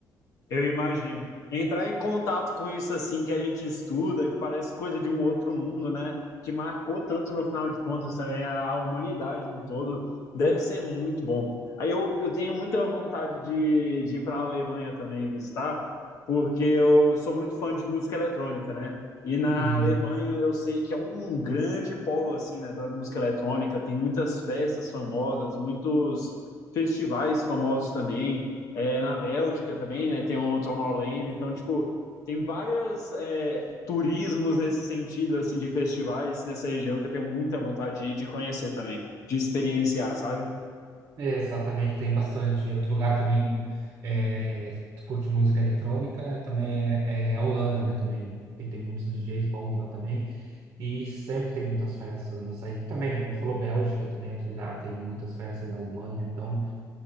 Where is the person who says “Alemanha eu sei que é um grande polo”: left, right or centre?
Left